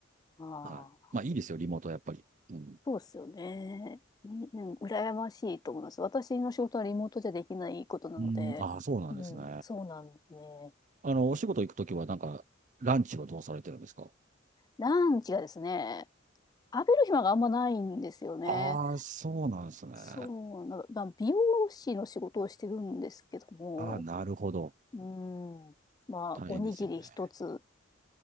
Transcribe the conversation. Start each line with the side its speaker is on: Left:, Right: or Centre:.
Left: ああ、
Right: はい。まあ、いいですよ、リモートはやっぱり。うん。
Left: そうですよね。いうん、羨ましいと思います。私の仕事はリモートじゃできないことなので、
Right: うん、ああ、そうなんですね。
Left: うん、そうなんですね。
Right: あの、お仕事行くときは、なんか、ランチはどうされてるんですか
Left: ランチがですね、食べる暇があんまないんですよね。
Right: ああ、そうなんですね。
Left: そうな、
Right: あ
Left: まあ、美容師の仕事をしてるんですけども、
Right: あ、なるほど。
Left: うん、まあ、
Right: 大変ですよね。
Left: おにぎり一つ